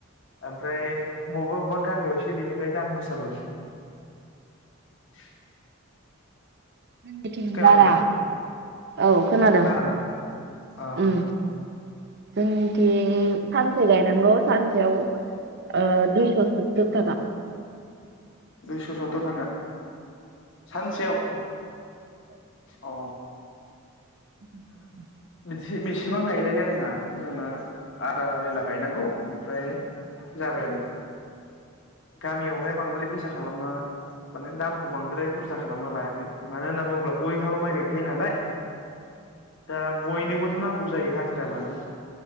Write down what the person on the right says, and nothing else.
जोंनिथिं
बारा औ खोनादों
उम
जोंनिथिं।
सानसे गायनांगौ। सेयाव ओ दुइस' सो <unintelligible>
<unintelligible>